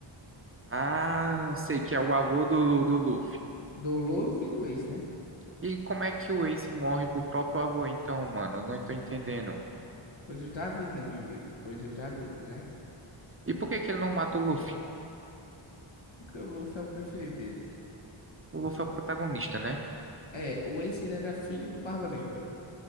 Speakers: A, on the right; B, on the left.
A: Ah, sei que é o avô do, do Luffy.
B: Do Luffy e do Ace, né?
A: E como é que o Ace morre pro próprio avô, então, mano? Eu não tô entendendo.
B: Coisas da vida, meu amigo. Coisas da vida, né?
A: E por que que ele não mata o Luffy?
B: Porque o Luffy é o preferido dele.
A: O Luffy é o protagonista, né?
B: É, o Ace ele era filho do Barba Negra.